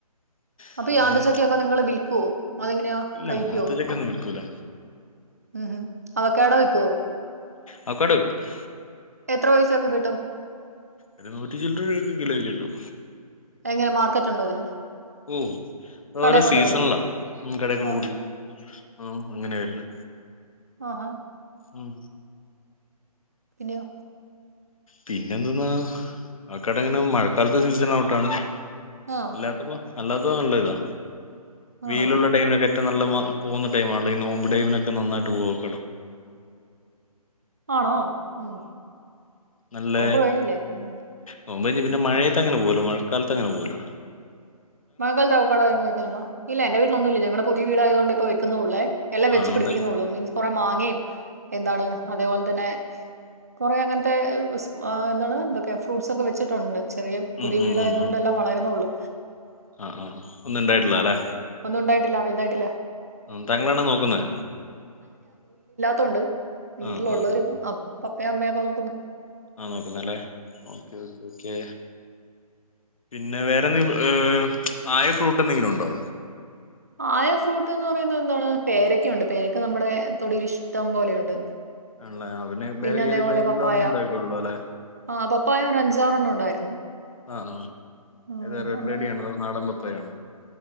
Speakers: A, on the left; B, on the right.
A: ആ
B: അപ്പ ഈ ആന്തച്ചക്കൊക്കെ നിങ്ങള് വിൽക്കുവോ? അതെങ്ങനെയാ
A: ഇല്ല
B: കഴിക്കുവോ?
A: ആത്തച്ചക്കയൊന്നും വിൽക്കൂല
B: ഉ ഹും അവക്കാഡോ വിക്കുവോ?
A: അവക്കാഡോ വിക്കും.
B: എത്ര പൈസയൊക്കെ കിട്ടും?
A: ഒരു നൂറ്റി ചില്ലറ രൂപയൊക്കെ കിലോക്ക് കിട്ടും
B: എങ്ങനെ മാർക്കറ്റ് ഉണ്ടോ അതിന്
A: ഓ അതോരോ
B: കടേ കൊണ്ടോയി
A: സീസണിലാ
B: കൊടുക്കും
A: ഇം കടേ കൊണ്ട്കൊടുക്കും
B: ആഹാ
A: ആ അങ്ങനെയാ വരുന്നേ
B: ആഹാ
A: ഉം
B: പിന്നയോ?
A: പിന്നെ എന്തെന്നാ അവക്കാഡോ ഇങ്ങനെ മഴക്കാലത്തെ സീസൺ ഔട്ടാണ്.
B: ആഹ്
A: ഇല്ലാത്തപ്പൊ അല്ലാത്തപ്പോ നല്ല ഇതാ
B: ആണോ
A: വെയിലുള്ള ടൈമിനൊക്കെ നല്ല മ പോകുന്ന ടൈം ആണല്ലോ ഈ നോമ്പ് ടൈമിനൊക്കെ നന്നായിട്ട് പോവാക്കട്ടോ
B: ആണോ? ഉം
A: നല്ല
B: നോമ്പ് കഴിഞ്ഞില്ലേ ഉം
A: നോമ്പ് കഴിഞ്ഞ് പിന്നെ മഴയത്ത് അങ്ങനെ പോവൂലാ മഴക്കാലത്ത് അങ്ങനെ പോവൂല്ല
B: <unintelligible> കഴിക്കാനോ ഇല്ല എന്റെ വീട്ടലൊന്നുംല്ല ഞങ്ങടെ പുതിയ വീടായതുകൊണ്ട്പ്പ ക്കുന്നുള്ളേ എല്ലാം
A: ആ
B: വെച്ച് പിടിപ്പിക്കുന്നുള്ളൂ
A: ഉണ്ട്
B: മീൻസ് കൊറെ മാങ്ങേം എന്താണ് അതേപോ അതന്നെ കൊറേ അങ്ങൻത്തെ സ് എന്താണ് എന്തൊക്കെ ഫ്രൂട്ട്സൊക്കെ വെച്ചിട്ടുണ്ട് ചെറിയ പുതിയ
A: ഉം ഉം
B: വീടായത്
A: ഉം ഉം
B: കൊണ്ട് എല്ലാം വളരുന്നെള്ളൂ
A: ആ ആ ഒന്നും ഉണ്ടായിട്ടില്ല അല്ലെ
B: ഒന്നും ഉണ്ടായിട്ടില്ല വലുതായിട്ടില്ല
A: ആ താങ്കളാണോ നോക്കുന്നേ
B: തുണ്ട് വീട്ടിലുള്ളവര്
A: ആ ആ
B: അപ് പപ്പേ അമ്മേ ഒക്കെ നോക്കുന്ന്
A: ആഹ് നോക്കുന്നല്ലേ ഓക്കെ ഓക്കേ ഓക്കേ പിന്നെ വേറെന്ത ങ് ആയ ഫ്രൂട്ട് എന്തെങ്കിലും ഉണ്ടോ
B: ആയ ഫ്രൂട്ട് എന്ന് പറയുന്നത് എന്താണ് പേരക്കയുണ്ട് പേരക്ക നമ്മുടെ തൊടിൽ ഇഷ്ടം പോലെയുണ്ട്
A: ആണല്ലേ അവെ വേറെ
B: പിന്നെ അതേപോലെ
A: ഏത് ക്ലൈമറ്റിലോണെങ്കിൽ
B: പപ്പായ
A: ഇണ്ടായിക്കൊള്ളൂം അല്ലെ
B: ആ പപ്പായ ഒരു അഞ്ചാറെണ്ണം ഉണ്ടായിരുന്നു
A: ആഹ ആ
B: ഉം,
A: ഏതാ റെഡ്
B: അങ്ങനെ
A: ലേഡിയാണോ അതോ നാടൻ പപ്പായയോ പ്പഴാണോ